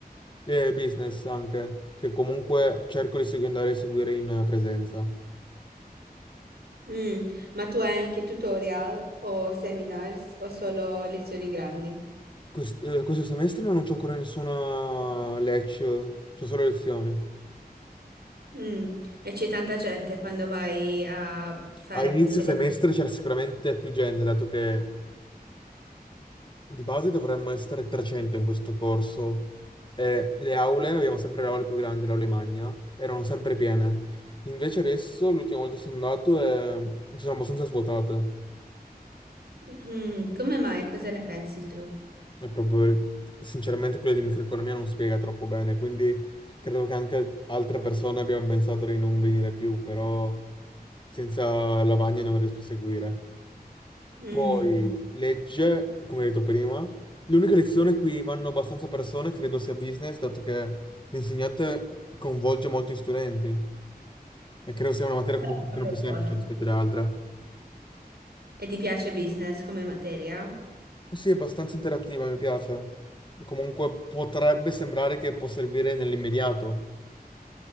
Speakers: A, on the left; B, on the right.
A: e business anche, che comunque cerco di segu- andare a seguire in presenza.
B: Mm, ma tu hai anche tutorial o seminars o solo lezioni grandi?
A: Quest- eh, questo semestre non c'ho ancora nessuna lecture, c'ho solo lezioni.
B: Mm, e c'è tanta gente quando vai a fare
A: A inizio
B: queste
A: semestre c'era sicuramente più gente, dato che Di base dovremmo essere 300 in questo corso e le aule, abbiamo sempre le aule più grandi, le aule magna, erano sempre piene. Invece adesso, l'ultima volta che sono andato, eh, ci sono abbastanza svuotate.
B: lezioni. come mai? Cosa ne pensi tu?
A: E proprio, sinceramente, quella di microeconomia non spiega troppo bene, quindi credo che anche altre persone abbiano pensato di non venire più, però senza la lavagna non riesco a seguire.
B: Mm,
A: Poi legge, come detto prima, l'unica lezione qui vanno abbastanza persone credo sia business, dato che l'insegnante coinvolge molto gli studenti e credo sia una materia comunque
B: quello
A: un pochino più
B: è
A: semplice
B: buono.
A: rispetto alle altre.
B: E ti piace business come materia?
A: Sì, è abbastanza interattiva, mi piace. Comunque potrebbe sembrare che può servire nell'immediato,